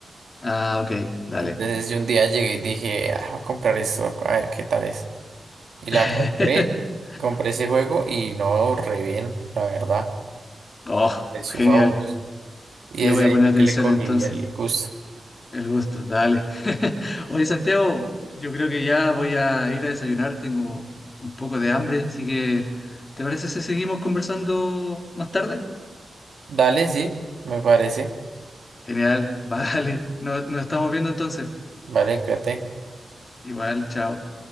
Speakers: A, on the left; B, on the right.
A: Ah, ok, dale.
B: Entonces yo un día llegué y dije, "Ah, voy a comprar esto, a ver qué tal es. Y la
A: <laughs>
B: compré, compré ese juego y no, re bien, la verdad,
A: Oh,
B: me pareció
A: genial.
B: fabuloso. Y
A: Le
B: desde
A: voy a
B: ahí
A: poner
B: fue
A: atención
B: que le cogí
A: entonces.
B: el gusto.
A: El gusto, dale. <laughs> Oye, Santiago, yo creo que ya voy a ir a desayunar, tengo un poco de hambre, así que ¿te parece si seguimos conversando más tarde?
B: Dale, sí, me parece.
A: Genial, <laughs> vale. Nos, nos estamos viendo entonces.
B: Vale, cuídate.
A: Igual, chao.